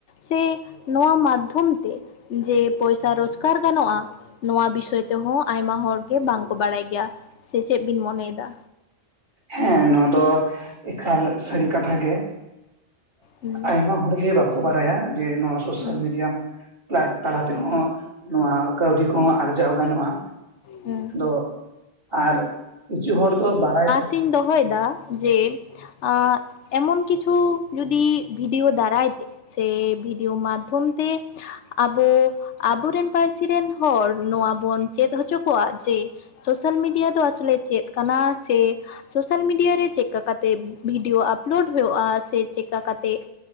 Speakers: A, on the left (about 85°); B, on the right (about 55°).
A: ᱥᱮ ᱱᱚᱣᱟ ᱢᱟᱫᱽᱫᱷᱚᱢ ᱛᱮ ᱡᱮ ᱯᱚᱭᱥᱟ ᱨᱚᱪᱠᱟᱨ ᱜᱟᱱᱚᱜ-ᱟ᱾ ᱱᱚᱣᱟ ᱵᱤᱥᱚᱭ ᱛᱮᱦᱚᱸ ᱟᱭᱢᱟ ᱦᱚᱲᱜᱮ ᱵᱟᱝᱠᱚ ᱵᱟᱲᱟᱭ ᱜᱮᱭᱟ, ᱥᱮ ᱪᱮᱫ ᱵᱤᱱ ᱢᱚᱱᱮᱭᱮᱫᱟ?
B: ᱦᱮᱸ, ᱱᱚᱣᱟ ᱫᱚ ᱮᱠᱷᱟᱞ ᱥᱟᱹᱨᱤ ᱠᱟᱛᱷᱟ ᱜᱮ᱾
A: ᱦᱩᱸ
B: ᱟᱭᱢᱟ ᱦᱚᱲᱜᱮ ᱵᱟᱠᱚ ᱵᱟᱨᱟᱭᱟ ᱡᱮ ᱱᱚᱣᱟ ᱥᱳᱥᱟᱞ
A: ᱦᱩᱸ
B: ᱢᱤᱰᱤᱭᱟᱢ ᱞᱟᱠ ᱛᱟᱲᱟ ᱛᱮᱦᱚᱸ ᱱᱚᱣᱟ ᱠᱟᱹᱣᱰᱤ ᱠᱚᱦᱚᱸ ᱟᱨᱡᱟᱣ ᱜᱟᱱᱚᱜ-ᱟ᱾
A: ᱦᱩᱸ
B: ᱫᱚ ᱟᱨ ᱠᱤᱪᱷᱩ ᱦᱚᱲ ᱫᱚ ᱵᱟᱨᱟᱭ
A: ᱥᱤᱧ ᱫᱚᱦᱚᱭᱮᱫᱟ ᱡᱮ ᱟ ᱮᱢᱚᱱ ᱠᱤᱪᱷᱩ ᱡᱩᱫᱤ ᱵᱷᱤᱰᱤᱭᱳ ᱫᱟᱨᱟᱭ ᱛᱮ ᱥᱮ ᱵᱷᱤᱰᱤᱭᱳ ᱢᱟᱫᱽᱫᱷᱚᱢ ᱛᱮ᱾ ᱟᱵᱚ ᱟᱵᱚᱨᱮᱱ ᱯᱟᱨᱥᱤ ᱨᱮᱱ ᱦᱚᱲ ᱱᱚᱣᱟ ᱵᱚᱱ ᱪᱮᱫ ᱦᱚ ᱪᱚ ᱠᱚᱣᱟ ᱡᱮ ᱥᱳᱥᱟᱞ ᱢᱤᱰᱤᱭᱟ ᱫᱚ ᱟᱥᱚᱞᱮ ᱪᱮᱫ ᱠᱟᱱᱟ ᱥᱮ ᱥᱳᱥᱟᱞ ᱢᱤᱰᱤᱭᱟ ᱨᱮ ᱪᱮᱫᱠᱟ ᱠᱟᱛᱮᱫ ᱵᱷᱤᱰᱭᱳ ᱟᱯᱞᱳᱰ ᱦᱳᱭᱳᱜ-ᱟ ᱥᱮ ᱪᱮᱫᱠᱟ ᱠᱟᱛᱮᱫ